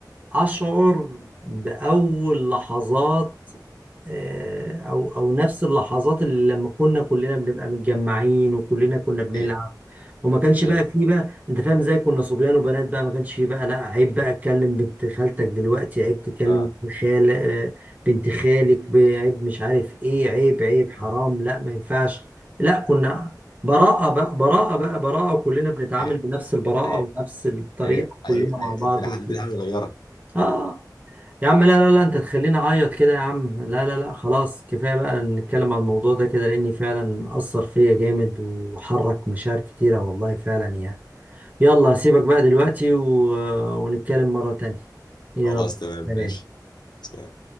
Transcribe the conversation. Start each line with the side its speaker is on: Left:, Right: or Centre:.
Right: أشعر بأول لحظات آه، أو أو نفس اللحظات اللي لما كنا كلنا بنبقى متجمعين وكلنا كنا بنلعب
Left: حقيقة
Right: وما كانش
Left: حقيقة
Right: بقى فيه بقى أنت فاهم إزاي كنا صبيان وبنات بقى ما كانش فيه بقى لا عيب بقى أتكلم بنت خالتك دلوقتي عيب تكلم
Left: اه
Right: بنت خال آه، بنت خالك ب- عيب مش عارف إيه عيب عيب حرام
Left: اه
Right: لا ما ينفعش لا كنا براءة بقى براءة بقى براءة وكلنا بنتعامل
Left: حقيقة
Right: بنفس البراءة
Left: حقيقة
Right: ونفس الطريقة
Left: حقيقة حقيقة
Right: كلنا مع
Left: حقيقة.
Right: بعض
Left: الدنيا
Right: وكده.
Left: الدنيا حاجة صغيرة
Right: اه يا عم لا لا لا انت تخليني اعيط كده يا عم لا لا لا خلاص كفايه بقى نتكلم عن الموضوع ده كده لاني فعلا اثر فيا جامد وحرك مشاعر كتيره والله فعلا يعني يلا هسيبك بقى دلوقتي و... ونتكلم مره تانية يلا
Left: خلاص تمام
Right: سلام
Left: ماشي سلام.